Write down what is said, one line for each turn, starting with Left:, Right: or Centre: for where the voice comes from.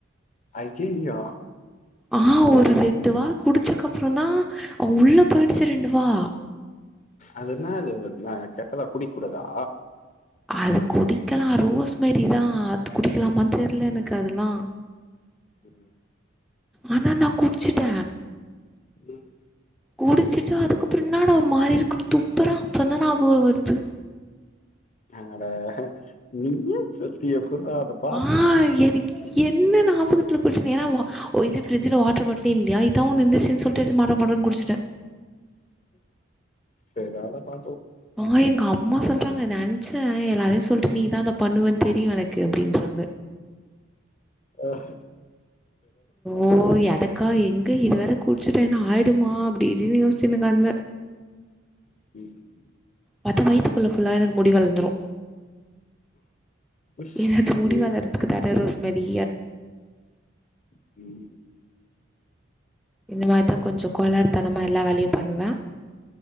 Left: ஐயையோ
Centre: ஆ ஒரு ரெண்டு வா குடிச்சக்கப்பறோதா அவ உள்ள போயிடுச்சு ரெண்டு வா
Left: அது என்னாது அது கெட்டதா குடிக் கூடாதா
Centre: அது குடிக்கலா ரோஸ் மெரிதா அது குடிக்கலாமா தெரில எனக்கு அதெல்லா
Left: ம்
Centre: ஆனா நான் குடிச்சுட்ட
Left: ம்
Centre: குடிச்சுட்டு அது அதுக்கப்றோ என்னாட ஒரு மாரி இருக்கு துப்புற அப்றோதா ஞாபக வருது
Left: அட நீயே சொல்ட்டு எப்புட்றா அதப்
Centre: ஆ எனக்கு என்ன ஞாபகத்துல குடிச்ச ஏன்னா இது ஃப்ரி்ஜ்ல வாட்டர் பாட்டலே இல்லயா இதா ஒன்னு இருந்துச்சு சொல்ட்டு மட மடன் குடிச்சுட்ட
Left: தெரியாதா பா
Centre: ஆ என் அம்மா சொல்றாங்க நென்ச்சே எல்லாரையு சொல்ட்டு நீதா அத பண்ணுவன் தெரியு எனக்கு அப்படின்றாங்க
Left: ஆஹ்
Centre: ஓ எதக்கா எங்க இது வேற குடிச்சுட்ட என்னா ஆயிடுமா அப்படின் யோசிச்சுனுதா இருந்த
Left: ம்
Centre: பத்த வய்த்துக்குள்ள ஃபுல்லா எனக்கு முடி வளந்துரு
Left: உஷ்
Centre: எனது முடி
Left: ம்
Centre: வளர அதுக்கு தான ரோஸ் மேரி
Left: ம்
Centre: இந்த மாரிதா கொஞ்சோ கோளாறு தனமா எல்லா வேலயு பண்ணுவ